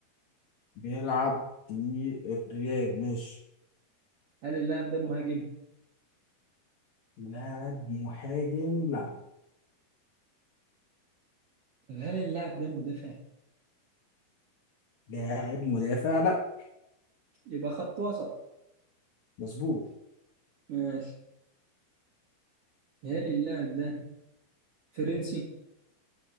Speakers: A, on the left; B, on the right.
A: بيلعب في الريال ماشي
B: هل اللاعب ده مهاجم
A: لاعب مهاجم لا
B: طب هل اللاعب ده مدافع
A: لاعب مدافع لا
B: يبقى خط وسط
A: مظبوط
B: ماشي هل اللاعب ده فرنسي